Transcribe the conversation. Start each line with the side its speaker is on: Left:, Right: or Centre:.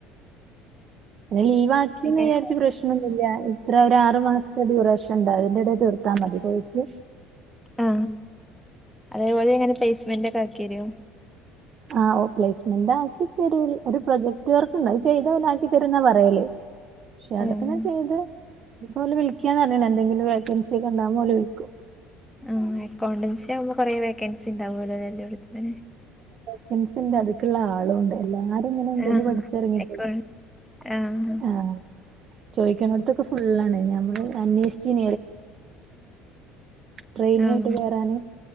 Right: പിന്നെ ലീവാക്കിന്ന്
Centre: എങ്ങനെ
Right: വിചാരിച്ച് പ്രശ്നംന്നുല്ല ഇത്ര ഒരു ആറു മാസത്തെ ഡ്യൂറേഷൻ ഉണ്ട് അതിന്റെ ഇട താ മതി പോയിട്ട്
Centre: ആ അതേപോലെ എങ്ങനെ പ്ലേസ്മെന്റ് ഒക്കെ ആക്കിയെരോ
Right: ആഹ് ഓ പ്ലേസ്മെന്റ് ആക്കി തരൂ ഒരു പ്രൊജക്ട് വർക്ക് ഉണ്ട് അത് ചെയ്ത ഓൽ ആക്കി തരൂന്ന പറയല് പക്ഷെ
Centre: ഏഹ്
Right: അതൊക്കെന്നാ ചെയ്ത് ഇതുപോലെ വിളിക്കന്ന് അറി എന്തെങ്കില വേക്കൻസി ഒക്കെണ്ടാവുമ്പോ ഓൽ വിളിക്കും
Centre: ആ അക്കൗണ്ടൻസി ആകുമ്പോ കൊറെേ വേക്കൻസി ഉണ്ടാവുല്ലോല്ലെ എല്ലോടത്തെ
Right: വെക്കാൻസിണ്ട് അതക്ക്ള്ള ആളും ഉണ്ട് എല്ലാരും ഇങ്ങനെ എന്തേലും
Centre: ആഹ്
Right: പഠിച്ച ഇറങ്ങിപ്പോ
Centre: അക്കൗ ആഹ്
Right: ആഹ ചോയിക്കനോട്‌ത്തൊക്കെ ഫുള്ളാണ് നമ്മള് അന്വേഷിച് ട്രെയിനി
Centre: ആഹ്
Right: ആയിട്ട് കേറാന്